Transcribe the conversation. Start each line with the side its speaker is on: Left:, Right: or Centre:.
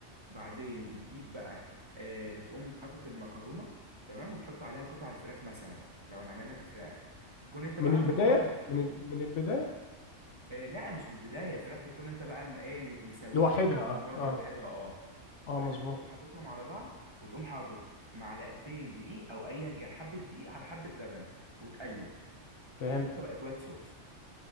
Right: بعدين بتجيب بقى آه، بتقوم حاطط المكرونه تمام وتحط عليها قطع الفراخ مثلا لو هنعملها بفراخ بتكون انت
Left: من
Right: بقى
Left: البداية
Right: محمر
Left: من ال... من البداية
Right: آه، لا مش من البدايه الفراخ بتكون انت بقى م- ايه م- مسويها
Left: لوحدها
Right: كده على النار
Left: اه اه
Right: لوحدها اه
Left: اه
Right: بعدين
Left: مظبوط
Right: تقوم حاططهم على بعض وتقوم حاطط معلقتين دقيق او ايا كان حبه دقيق على حبه لبن وتقلب
Left: فهمت
Right: يا باشا بقت وايت صوص